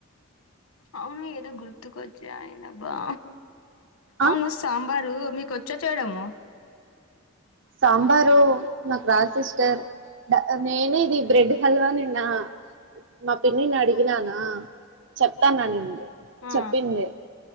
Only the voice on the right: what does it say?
ఆ
సాంబారు నాకు రాదు సిస్టర్ ద నేనే ఇది బ్రెడ్ హల్వా నిన్న మా పిన్నిని అడిగినానా చెప్తాన్నానింది
చెప్పింది